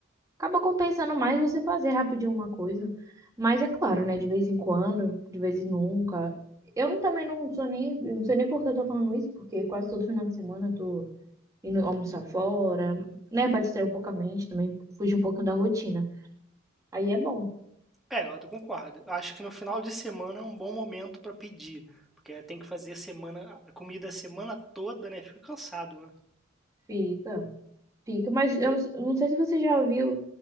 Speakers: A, on the right; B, in the centre.
A: acaba compensando mais você fazer rapidinho uma coisa. Mas é claro, né, de vez em quando, de vez em nunca. Eu também não sou nem, eu não sei nem por que eu tô falando isso, porque quase todo final de semana eu tô indo almoçar fora, né, para distrair um pouco a mente também, fugir um pouquinho da rotina. Aí é bom,
B: É, eu concordo. Acho que no final de semana é um bom momento para pedir, porque tem que fazer semana, a comida a semana toda, né? Fica cansado, né?
A: fica. Fica, mas eu não, eu não sei se você já viu.